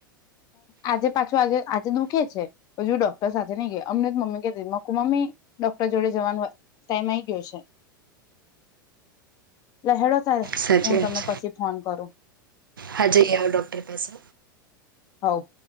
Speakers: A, on the left; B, on the right.
A: આજે પાછું આજે આજે દુખે છે હજુ ડોક્ટર સાથે નહી ગયા અમને મમ્મી કરતી મમ્મી ડોક્ટર જોડે જવાનો ટાઈમ આવીઈ ગયો છે. લે હેડો તારે
B: સાચી
A: હું તમને
B: વાત
A: પછી ફોન કરું
B: હા જઇ આવ ડોક્ટર પાસે
A: હવ